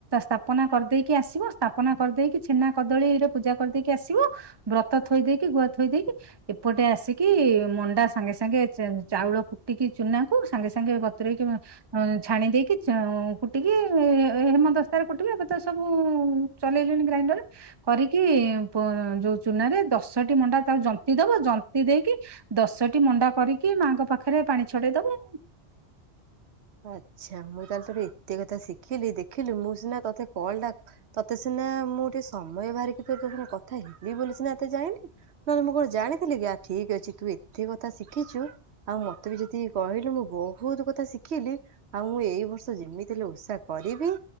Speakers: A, on the right; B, on the right.
A: ସ୍ଥାପନା କରିଦେଇକି ଆସିବ ସ୍ଥାପନା କରିଦେଇକି ଛେନା କଦଳୀ ରେ ପୂଜା କରିଦେଇକି ଆସିବ ବ୍ରତ ଥୋଇ ଦେଇକି ଗୁଆ ଥୋଇ ଦେଇକି ଏପଟେ ଆସିକି ମଣ୍ଡା ସାଙ୍ଗେ ସାଙ୍ଗେ ଚ ଚାଉଳ କୁଟିକି ଚୁନାକୁ ସାଙ୍ଗେ ସାଙ୍ଗେ ବତୁରେଇକି ଅଁ ଛାଣି ଦେଇକି ଚା କୁଟିକି ହେମ ଦସ୍ତାରେ କୁଟିକି ଏବେ ତ ସବୁ ଚଲେଇଲେଣି ଗ୍ରାଇଣ୍ଡର କରିକି ପୁ-ଯୋଉ ଚୁନାରେ ଦଶଟି ମଣ୍ଡା ତା ଜନ୍ତି ଦବ ଜନ୍ତି ଦେଇକି ଦଶଟି ମଣ୍ଡା କରି କି ମାଆଙ୍କ ପାଖରେ ପାଣି ଛଡେଇ ଦବ।
B: ଆଚ୍ଛା ମୁଁ ତାହେଲେ ତୋଠୁ ଏତେ କଥା ଶିଖିଲି ଦେଖିଲି ମୁଁ ସିନା ତୋତେ କଲ୍ ଟା ତତେ ସିନା ମୁଁ ଟିକେ ସମୟ ବାହାରିକି ତତେ ସିନା କଥା ହେବି ବୋଲି ସିନା ଏତେ ଯାଁଇଲି। ନହେଲେ ମୁଁ କଣ ଜାଣିଥିଲି କି ଆ ଠିକ ଅଛି ତୁ ଏତେ କଥା ଶିଖିଛୁ ଆଉ ମତେ ବି ଯେତିକି କହିଲୁ ମୁଁ ବହୁତ କଥା ଶି ଖିଲି ଆଉ ମୁଁ ଏଇ ବର୍ଷ ଯେମିତି ହେଲେ ଓଷା କରିବି